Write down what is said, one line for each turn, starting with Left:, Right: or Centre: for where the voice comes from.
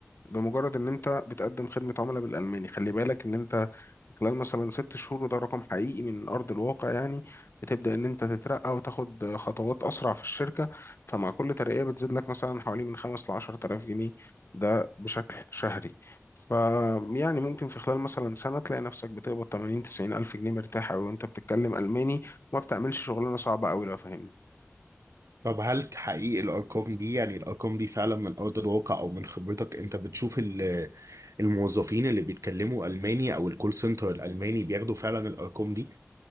Left: بمجرد ان انت بتقدم خدمه عملاء بالالماني خلي بالك ان انت خلال مثلا ست شهور وده رقم حقيقي من أرض الواقع يعني بتبدأ إن أنت تترقى وتاخد خطوات أسرع في الشركة فمع كل ترقية بتزيد لك مثلا حوالي من خمس لعشر آلاف جنيه ده بشكل شهري ف يعني ممكن في خلال مثلا سنة تلاقي نفسك بتقبض 80 90 ألف جنيه مرتاح أوي وأنت بتتكلم ألماني وما بتعملش شغلانة صعبة أوي لو فاهمني
Right: طب هل تحقيق الارقام دي يعني الارقام دي فعلا من ارض الواقع او من خبرتك انت بتشوف ال- الموظفين اللي بيتكلموا الماني او الكول سنتر الالماني بياخدوا فعلا الارقام دي